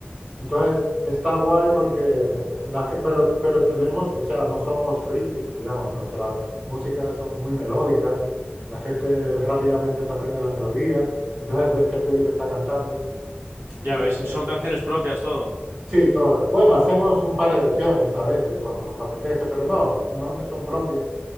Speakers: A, on the right; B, on the right.
A: Entonces, está guay porque la, ge- pero, pero tenemos, o sea, no somos frikis, digamos, nuestras músicas son muy melódicas, la gente rápidamente se aprende la melodía, entonces ves que el público está cantando
B: Ya
A: y
B: ves.
A: es interesante.
B: Son canciones propias todo.
A: Sí, todas. Bueno, hacemos un par de versiones a veces cuando nos apetece, pero no, normalmente son propias